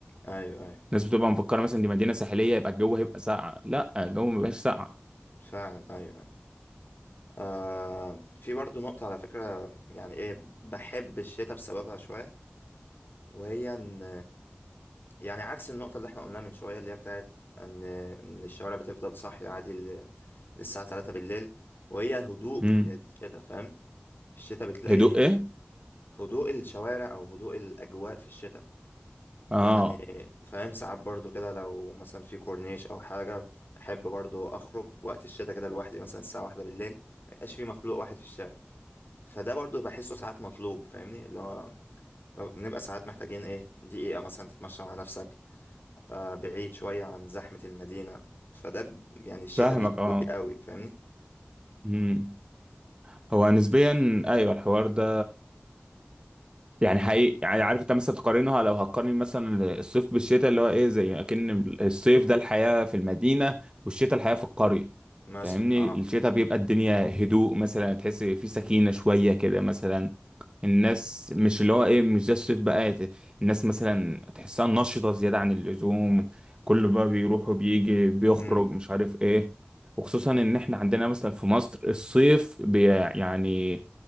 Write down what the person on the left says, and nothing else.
ايوه ايوه
فعلا ايوه ايوه آه في برضو نقطة على فكرة يعني ايه بحب الشتاء بسببها شوية وهي ان يعني عكس النقطة اللي احنا قلناها من شوية اللي هي بتاعت ان ان الشوارع بتفضل صاحية عادي ل- للساعة 3 بالليل وهي هدوء
الشتاء فاهم الشتاء بتلاقي
هدوء الشوارع او هدوء الاجواء في الشتاء
يعني فاهم ساعات برضو كده لو مثلا في كورنيش او حاجه احب برضو اخرج وقت الشتاء كده لوحدي مثلا الساعه واحدة بالليل ما يبقاش في مخلوق واحد في الشارع فده برضو بحسه ساعات مطلوب فاهمني اللي هو بنبقى ساعات محتاجين ايه دقيقه مثلا تتمشى مع نفسك آه بعيد شويه عن زحمه المدينه فده ب- يعني الشتاء
بيدوي
قوي فاهمني
مثلا
اه
امم